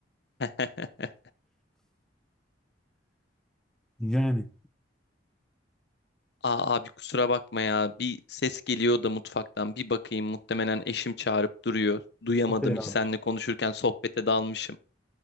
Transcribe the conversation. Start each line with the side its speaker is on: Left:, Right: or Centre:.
Left: <laughs>
Centre: Yani.
Left: Aa, abi kusura bakma ya. Bir ses geliyor da mutfaktan. Bir bakayım muhtemelen eşim çağırıp duruyor. Duyamadım
Centre: Okey abi.
Left: hiç seninle konuşurken sohbete dalmışım.